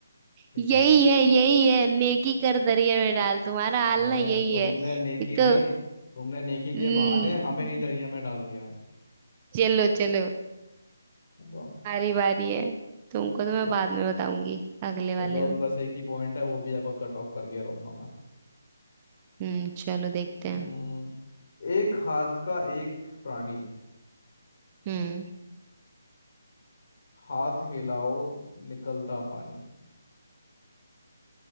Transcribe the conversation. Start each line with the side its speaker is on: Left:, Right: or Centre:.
Left: ठीक
Right: यही
Left: है
Right: है यही है नेकी कर दरिया में डाल तुम्हारा
Left: अरे
Right: हाल ना यही
Left: तुमने
Right: है
Left: नेकी
Right: एक
Left: नहीं
Right: तो
Left: तुमने नेकी के
Right: हम्म,
Left: बहाने हमें ही दरिया में डाल दिया है
Right: चलो चलो
Left: तो
Right: बारी बारी है तुमको तो मैं
Left: चलो
Right: बाद में बताऊंगी अगले
Left: चलो
Right: वाले
Left: अभी
Right: में
Left: बस एक ही पॉइंट है वो भी आपका कट ऑफ करके रहूंगा मैं
Right: हम्म चलो देखते
Left: हम्म,
Right: हैं
Left: एक हाथ का एक प्राणी
Right: हम्म
Left: हाथ हिलाओ निकलता पानी